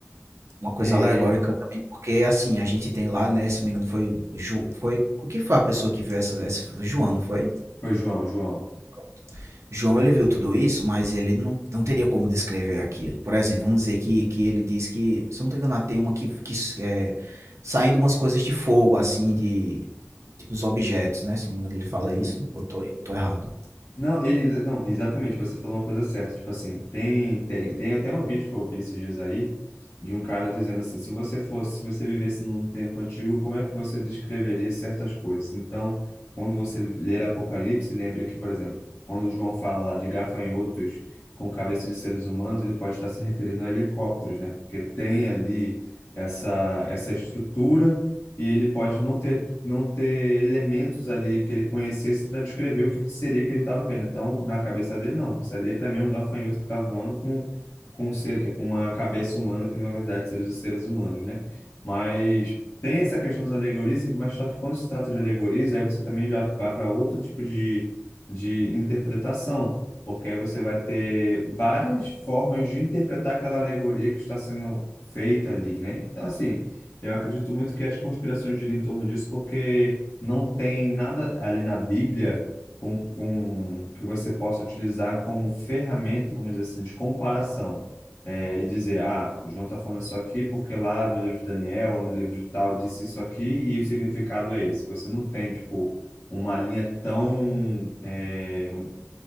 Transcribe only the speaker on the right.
Uma coisa
alegórica
também, porque assim, a gente tem lá, né, se não me engano, foi, Ju- foi, o que foi a pessoa que viu essa, essa foi o João, não foi?
Pronto. João, ele viu tudo isso, mas ele não, não teria como descrever aquilo. Por exemplo, vamos dizer que, que ele diz que, se eu não estou enganado, tem uma que, que é, saindo umas coisas de fogo, assim, de, tipo, os objetos, né, se eu não me engano, ele fala
isso, eu tô, eu tô errado.